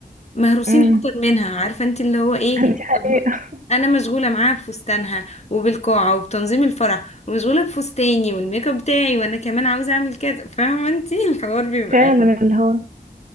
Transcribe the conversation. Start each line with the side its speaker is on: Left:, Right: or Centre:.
Left: مهروسين
Right: امم
Left: اكتر منها عارفة انت اللي هو ايه
Right: <laughs> دي حقيقه
Left: طب انا مشغولة معاها بفستانها وبالقاعة وبتنظيم الفرح ومشغولة بفستاني والميك اب بتاعي وانا كمان عاوزة اعمل كذا فاهمة انت الحوار بيبقى
Right: فعلا اللي هو